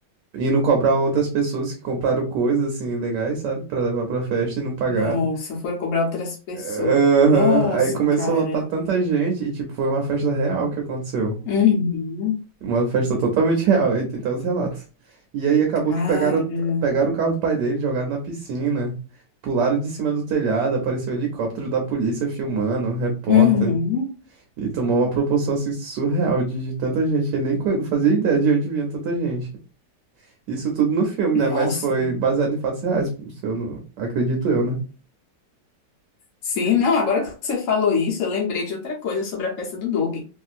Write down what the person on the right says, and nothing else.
E não cobrar outras pessoas que compraram coisas assim legais, sabe? Pra levar pra festa e não pagaram.
Aham.
Aí começou
a lotar tanta gente e, tipo, foi uma festa real que aconteceu.
Uma festa totalmente real. Aí tem até os relatos. E aí acabou
que pegaram, pegaram o carro do pai dele, jogaram na piscina, pularam de cima do telhado, apareceu o helicóptero da polícia filmando, um repórter.
E tomou uma proporção assim surreal de de tanta gente. Eu nem co- não fazia ideia de onde vinha tanta gente. Isso tudo no filme,
né? Mas foi baseado em fatos reais, se eu não... Acredito eu, né?